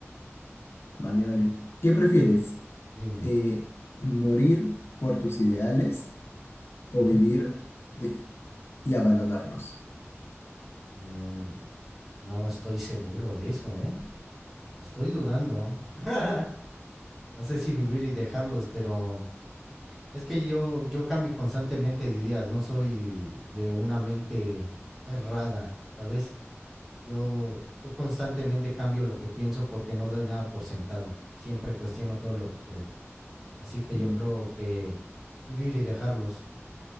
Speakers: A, on the left; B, in the centre.
A: Vale, vale. ¿Qué prefieres?
B: Dime.
A: Eh, ¿morir por tus ideales o
B: Ujú.
A: vivir de- y abandonarlos?
B: Mm, no estoy seguro de eso, ¿eh? Lo estoy dudando. <laughs> No sé si vivir y dejarlos, pero Es que yo, yo cambio constantemente de ideas, no soy de una mente errada, ¿sabes? Yo, yo constantemente cambio lo que pienso porque no doy nada por sentado. Siempre cuestiono todo lo que creo. Así que
A: Mm,
B: yo creo que vivir y dejarlos.